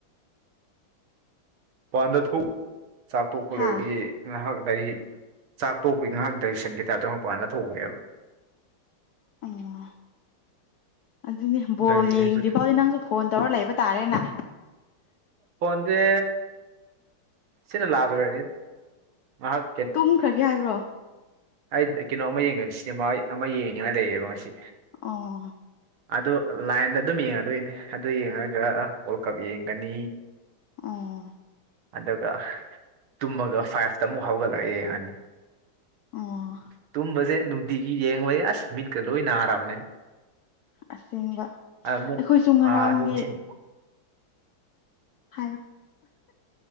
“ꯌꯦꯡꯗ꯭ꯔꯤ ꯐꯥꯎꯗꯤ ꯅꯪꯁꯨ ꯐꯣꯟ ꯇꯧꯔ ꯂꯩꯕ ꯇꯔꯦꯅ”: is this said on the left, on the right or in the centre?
Left